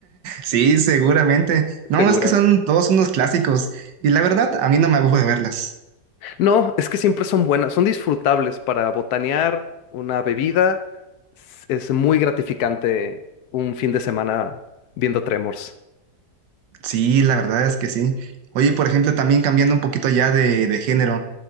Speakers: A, on the right; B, on the left.
A: Sí, seguramente.
B: <laughs>
A: No,
B: Seguramente.
A: es que son todos unos clásicos y la verdad, a mí no me aburre verlas.
B: No, es que siempre son buenas, son disfrutables para botanear una bebida. Es es muy gratificante un fin de semana viendo Tremors.
A: Sí, la verdad es que sí. Oye, por ejemplo, también cambiando un poquito ya de, de género.